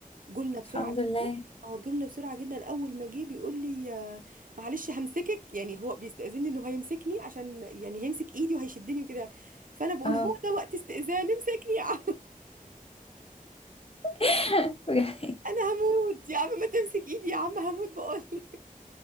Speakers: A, on the right (about 70°); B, on the left (about 40°).
A: جولنا بسرعه
B: الحمد
A: جدا
B: لله
A: اه جولنا بسرعه جدا اول ما جه بيقول لي آه، معلش همسكك يعني هو بيستاذني انه هيمسكني عشان يعني هيمسك ايدي وهيشدني وكده يعني. فانا بقول
B: اه
A: له هو ده وقت استئذان امسكني يا عم
B: <laughs> بجد.
A: <laughs> انا هموت يا عم ما تمسك ايدي يا عم هموت بقول